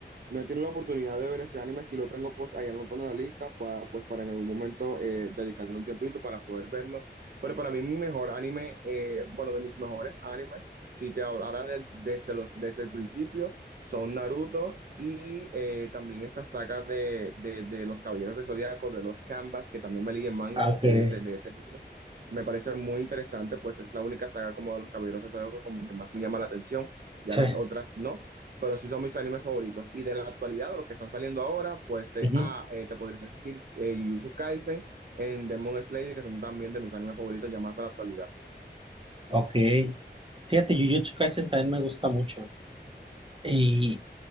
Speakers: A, on the right; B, on the right.
A: no he tenido la oportunidad de ver ese anime, si lo tengo pues ahí anotado en la lista, pa- pues para en algún momento eh, dedicarle un tiempito para poder verlo, pero para mí mi mejor anime, eh, bueno, de mis mejores animes, si te hablara del- desde, los, desde el principio, son Naruto y eh, también esta saga de, de, de los Caballeros del Zodiaco, de los Canvas, que también me leí en manga
B: Ok.
A: de ese, de ese anime. Me parece muy interesante, pues es la única saga como de los Caballeros del Zodiaco como que más me llama la atención ya
B: Sí.
A: las otras no, pero sí son mis animes favoritos. Y de la actualidad, de los que están saliendo ahora, pues te,
B: Ujú.
A: ah, eh, te podría decir eh, Jujutsu Kaisen en Demon Slayer, que son también de mis animes favoritos ya más de la actualidad.
B: Ok. Fíjate, Jujutsu Kaisen también me gusta mucho. Y